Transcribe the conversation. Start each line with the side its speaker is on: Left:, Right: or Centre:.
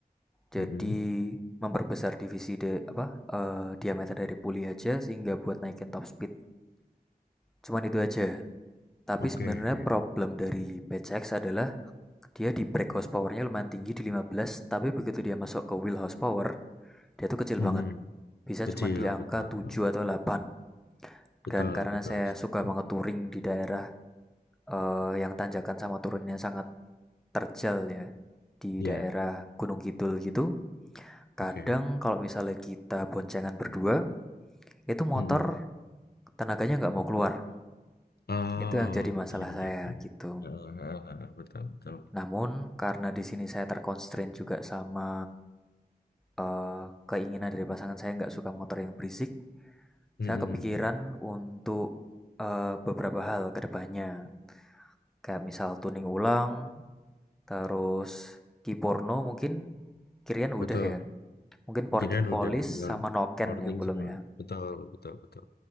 Centre: jadi
Left: Mm-mm.
Centre: memperbesar divisi de apa, eee, diameter dari puli aja sehingga buat naikin top speed, cuman itu aja. Tapi
Left: oke.
Centre: sebenarnya problem dari PCX adalah dia di brake horsepowernya lumayan tinggi di 15, tapi begitu dia masuk ke wheel horsepower, dia tuh kecil banget
Left: Mm-mm.
Centre: bisa
Left: Kecil,
Centre: cuma di angka
Left: betul.
Centre: 7 atau delapan
Left: Betul,
Centre: Dan karena
Left: betul.
Centre: saya
Left: setuju.
Centre: suka banget touring di daerah eh, yang tanjakan sama turunnya sangat terjal ya, di
Left: Iya,
Centre: daerah Gunung Kidul gitu, kadang
Left: oke.
Centre: kalau misalnya kita boncengan berdua, itu motor
Left: Mm-mm.
Centre: tenaganya nggak mau keluar.
Left: Oh,
Centre: Itu yang jadi masalah
Left: gini
Centre: saya
Left: ya, gini.
Centre: gitu.
Left: Ah, ah, ah, betul, betul.
Centre: Namun karena di sini saya terkonstrain juga sama eh, keinginan dari pasangan saya nggak suka motor yang berisik,
Left: Mm-mm.
Centre: saya kepikiran untuk eh, beberapa hal kedepannya Kayak misal tuning ulang, terus Ki Porno mungkin Kirian
Left: Betul.
Centre: udah ya. Mungkin Porting
Left: Kirain
Centre: Polis
Left: udah tinggal
Centre: sama Noken
Left: porting
Centre: yang belum
Left: semua.
Centre: ya.
Left: Betul, betul, betul.